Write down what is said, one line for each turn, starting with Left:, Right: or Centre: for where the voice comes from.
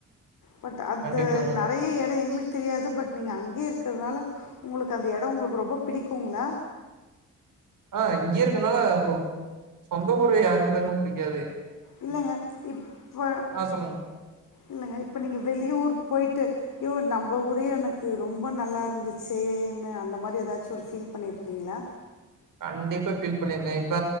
Left: பட் அத்து
Right: கண்டிப்பாங்க
Left: நெறைய இட எங்களுக்கு தெரியாது பட் நீங்கள் அங்கே இருக்கிறதுனால உங்களுக்கு அந்த இடம் உங்களுக்கு ரொம்ப பிடிக்குங்களா
Right: ஆஹ் இங்கேய இருக்கனால அப்பறோ சொந்த ஊர் யாருக்குதங்க பிடிக்காது
Left: இல்லங்க இப்ப
Right: ஆ சொல்லுங்க
Left: இல்லங்க இப்ப நீங்க வெளியூர் போயி்ட்டு யோ நம்ம ஊரே எனக்கு ரொம்ப நல்லா இருந்துச்சேன்னு அந்த மாதிரி ஏதாச்சும் ஒரு ஃபீல் பண்ணியிருக்கீங்களா
Right: கண்டிப்பா ஃபீல் பண்ணிருக்கேன் இப்ப